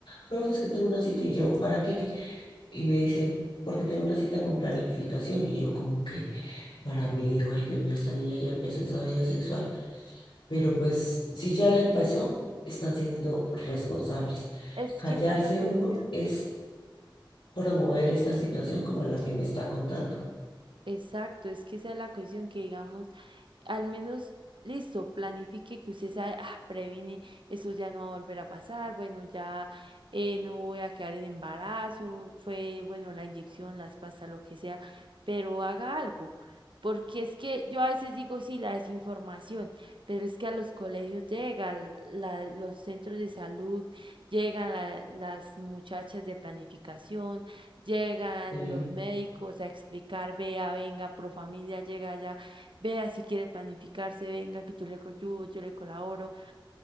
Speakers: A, on the left (about 80°); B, on the right (about 70°).
A: profe, es que tengo una cita y yo, ¿para qué? y me dicen, porque tengo una cita con planificación. Y yo como que para mí digo, ay Dios mío, esta niña ya empezó esa vida sexual. Pero pues si ya la empezó, están siendo responsables.
B: Es
A: Callarse
B: que esa es la cuestión.
A: uno es promover esta situación como la que me está contando.
B: Exacto, es que esa es la cuestión que digamos, al menos, listo, planifique que usted sabe, ah, previne, eso ya no va a volver a pasar, bueno, ya eh, no voy a quedar en embarazo, fue, bueno, la inyección, las pastas, lo que sea, pero haga algo. Porque es que yo a veces digo, sí, la desinformación, pero es que a los colegios llegan, la- los centros de salud, llegan la- las muchachas de planificación, llegan
A: Eh,
B: los médicos a explicar, vea, venga, pro familia llega allá Vea si quiere planificarse, venga, que yo le ayudo, yo le colaboro.